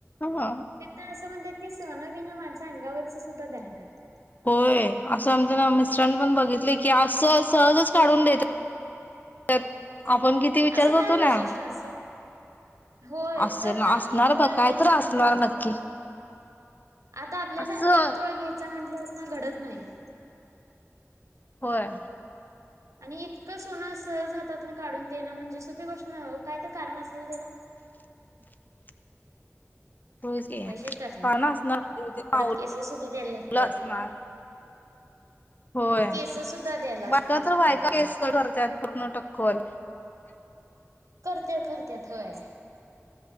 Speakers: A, on the left; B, on the right.
A: या
B: तथ असं म्हणजे ते सोन बिन माणसं अंगावरच सुद्धा दान करत्यात.
A: होय. असं आमच्या मिस्टरांनी पण बघितलंय की असं सहजच काढून देत्यात. आपण किती विचार
B: असं
A: करतो
B: काय वैशिष्ट्य
A: ना.
B: असेल? होय
A: असे
B: तर
A: ना
B: काय
A: असणार
B: एक तोळा
A: बा.
B: घ्यायचा
A: काय तर असणार
B: म्हटल्यावर ना
A: नक्की.
B: आता आपल्याला
A: असं
B: एक तोळा घ्यायचा म्हटल्यावर ना घडत नाही.
A: होय.
B: आणि इतकं सोनं सहज हातात ना काढून देणं म्हणजे सोपी गोष्ट न काय तर कारण असेल त्याला.
A: ह्. हो की
B: वैशिष्ट्य
A: पावणार
B: काय
A: असणार पावलं
B: परत केसेस सुद्धा द्यायला लागत्यात.
A: असणार. होय.
B: केस सुद्धा द्यायला
A: बायका
B: लागत्यात
A: तर बायका
B: वाटतं.
A: केस कट करत्यात. पूर्ण टक्कल. ह
B: करत्यात. करत्यात. होय.